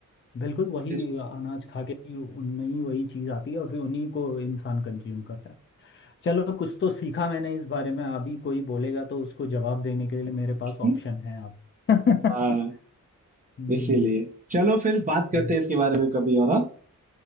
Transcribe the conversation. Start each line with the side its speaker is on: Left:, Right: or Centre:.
Left: बिल्कुल वही
Right: फिर
Left: अनाज खा के ही उनमें ही वही चीज़ आती है और फिर उन्हीं को इंसान कंज्यूम करता है चलो कुछ तो सीखा मैंने इस बारे में अभी कोई बोलेगा तो उसको जवाब देने के लिए मेरे पास
Right: हम्म,
Left: ऑप्शन है अब
Right: हाँ
Left: <laughs> हम्म,
Right: इसीलिए चलो फिर बात करते
Left: हम्म।
Right: हैं इसके बारे में कभी और हाँ